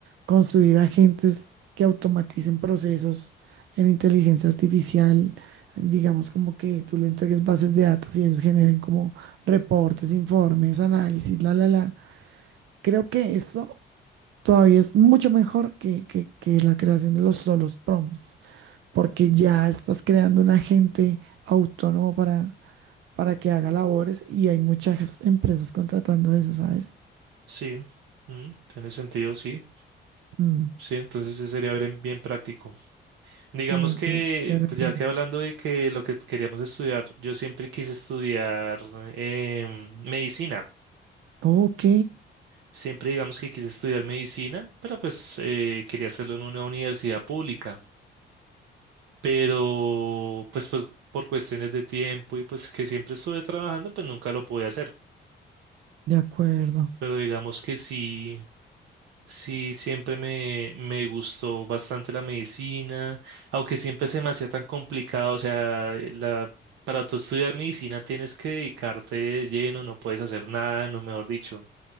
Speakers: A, on the right; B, on the right.
A: construir agentes que automaticen procesos en inteligencia artificial, digamos como que tú le entregues bases de datos y ellos generen como reportes, informes, análisis, la, la, la. Creo que eso todavía es mucho mejor que, que, que la creación de los solos prompts, porque ya estás creando un agente autónomo para, para que haga labores y hay muchas empresas contratando eso, ¿sabes?
B: sí, mm, tiene sentido, sí,
A: Mm,
B: sí, entonces sí sería bien, bien práctico. Digamos
A: sí, entonces
B: que,
A: de repente.
B: pues ya que hablando de que lo que queríamos estudiar, yo siempre quise estudiar em, medicina,
A: Ok,
B: siempre digamos que quise estudiar medicina, pero pues eh, quería hacerlo en una universidad pública. pero pues, pues por cuestiones de tiempo y pues que siempre estuve trabajando, pues nunca lo pude hacer.
A: de acuerdo.
B: Pero digamos que sí, sí, siempre me, me gustó bastante la medicina, aunque siempre se me hacía tan complicado, o sea, la... Para tú estudiar medicina tienes que dedicarte de lleno, no puedes hacer nada, no mejor dicho,